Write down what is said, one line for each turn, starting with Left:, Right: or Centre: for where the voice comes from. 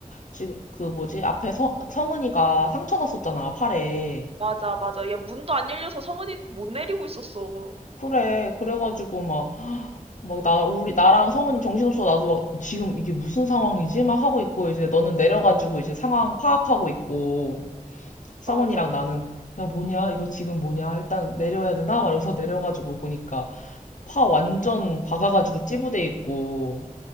Left: 지금 그 뭐지 앞에 서, 성은이가 상처 났었잖아 팔에
Right: 맞아, 맞아. 야, 문도 안 열려서 성은이 못 내리고 있었어.
Left: 그래 그래가지고 막 막 나 우리 나랑 성은이 정신없어 나도 막 지금 이게 무슨 상황이지 막 하고 있고 이제 너는 내려가지고 이제 상황 파악하고 있고 성원이랑
Right: 맞아.
Left: 나는 야 뭐냐 이거 지금 뭐냐 일단 내려야 되나? 막 이러면서 내려가지고 보니까 파 완전 박아가지고 찌부돼 있고